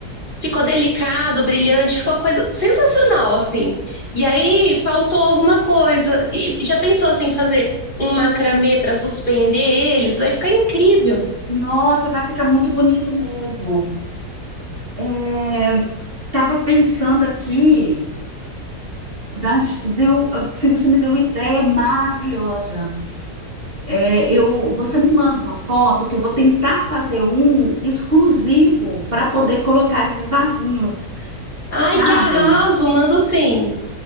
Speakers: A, on the left; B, on the right.
A: Ficou delicado, brilhante, ficou uma coisa sensacional, assim. E aí faltou alguma coisa. E e já pensou assim, em fazer um macramê para suspender eles? Vai ficar incrível.
B: Nossa, vai ficar muito bonito mesmo. É, tava pensando aqui, das- deu, assim, você me deu uma ideia maravilhosa. É, eu, você me manda uma foto que eu vou tentar fazer um exclusivo para poder colocar esses vasinhos,
A: Ai,
B: sabe?
A: que arraso, mando sim.